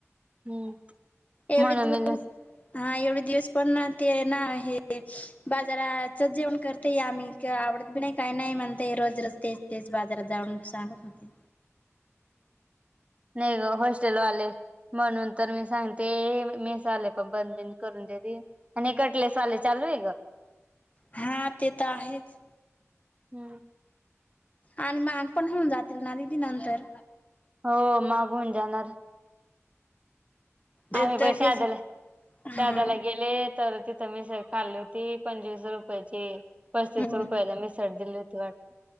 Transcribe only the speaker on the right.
हम्म
म्हणून
मी
नाही ग होस्टेल वाले म्हणून तर मी सांगते मेस वाले पण बंद बींद करून देेत आणि कटलेसवाले चालू आहे ग?
हम्म.
हो महाग होऊन जाणार.
आम्ही पण शहादाला
शहादाला
गेले तर तिथ तिथ मिसळ खाल्ली होती पंचवीस रुपयाची पस्तीस
रुपयाला मिसळ दिली होती वाट <inaudible>